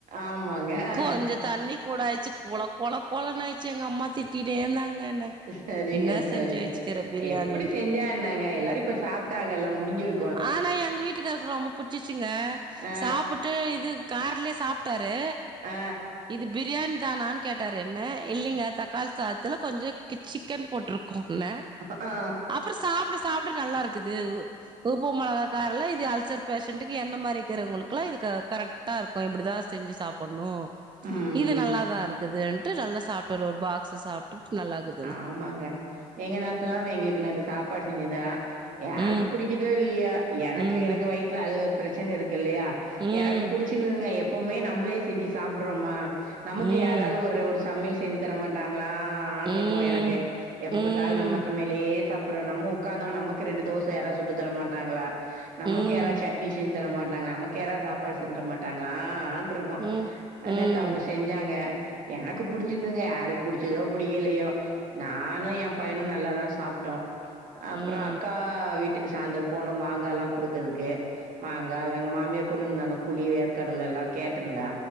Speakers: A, on the right (about 60°); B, on the right (about 30°).
A: ஆமாங்க ஆ
B: கொஞ்ச தண்ணி கூட ஆயிச்சு கொல கொல கொலன்னு ஆயிச்சி எங்க அம்மா திட்டிட்டே இந்தாங்க என்ன.
A: சரிங்க
B: என்ன
A: சரிங்க
B: செஞ்சு வச்சுக்கிற பிரியாணின்ட்டு
A: எப்பிடி செஞ்சா என்னங்க எல்லாரு இப்ப சாப்ட்டாங்கள்லா முடிஞ்சிரு
B: ஆனா எங்க வீட்டுக்காருக்கு ரொம்ப புட்ச்சிச்சிங்க
A: ஆ,
B: சாப்புட்டு இது கார்லே சாப் டாரு
A: ஆ.
B: இது பிரியாணி தானான் கேட்டாரு என்ன இல்லிங்க தக்காளி சாதத்துல கொஞ்சோ கிச் சிக்கன் போட்ருக்கோ உள்ள
A: ஆ
B: அப்புற சாப்ட சாப்ட நல்லாருக்குது உ உப்பு மொளகா காரல்லா இது அல்சர் பேஷண்டக்கு என்ன மாரி இக்கறவங்குளுக்குல்லா இது க கரெக் ட்டாருக்கு இப்டிதா செஞ்சு சாப்பன்னு.
A: ம்,
B: இது
A: ம்.
B: நல்லாதா இருக்குதுன்ட்டு நல்லா சாப்ட்டாரு ஒரு பாக்ஸ சாப்ட்டுட்டு நல்லாக்குது
A: ஆமாங்க எங்க நாத்தனாவு நெ எங்குளுக்கு நேத்து சாப்பாடு செஞ்சுந்தா யாருக்கு
B: ம்
A: புடிக்கி தோ இல்லையா எனக்கு
B: ம்
A: எனக்கு வயித்ல அது பிரச்சின இருக்கு இல்லியா
B: ம்
A: எனக்கு புடிச்சிந்துதுங்க எப்பவுமே நம்ளே செஞ்சி சாப்ட்றமா நமக்கு
B: ம்
A: யாராவ்து ஒரு ஒரு சமையல் செஞ்சி தர மாட்டாங்ளான்ரு
B: ம்
A: க்கு எனக்கு எப்ப
B: ம்
A: பாத்தாலு நம்ம சமைலியே சாப்பிட்றோ நம்மொ உக்காந்தொனே நமக்கு ரெண்டு தோச யாரா சுட்டுத்தர மாட்டாங்களா நமக்கு
B: ம் ம்
A: யாரா சட்னி செஞ் சு தர மாட்டாங்களா நமக்கு யாராவ் சாப்பாடு செஞ்ச்ற மாட்டாங்ளான்ருக்கு.
B: ம்
A: அ
B: ம் ம்
A: நேத்து
B: ம் ம்
A: அவுங்க செஞ்சாங்க எனக்கு புடிச்சிந்துதுங்க யாருக் புடிச்சிதோ புடிக்கலையோ நானு எம் பையனு நல்லாதா சாப்ட்டோ
B: ம்
A: அப்புறோ அக்கா வீட் ட்டுக்கு சாயந்தர போனோ மாங்கால்லா குடுக்கதுக்கு மாங்கா வெங் மாமியா கொண்ணு வந்தாங்க புளி வேர்க்கடல எல்லா கேட்ருந்தா